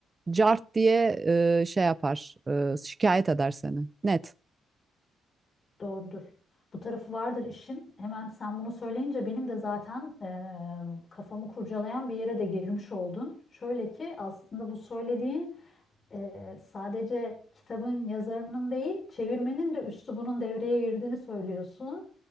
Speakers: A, on the right; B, on the left.
A: cart diye e, şey yapar, e, şikayet eder seni. Net.
B: Doğrudur. Bu tarafı vardır işin. Hemen sen bunu söyleyince benim de zaten eee, kafamı kurcalayan bir yere de girmiş oldun. Şöyle ki aslında bu söylediğin eee, sadece kitabın yazarının değil, çevirmenin de üslubunun devreye girdiğini söylüyorsun.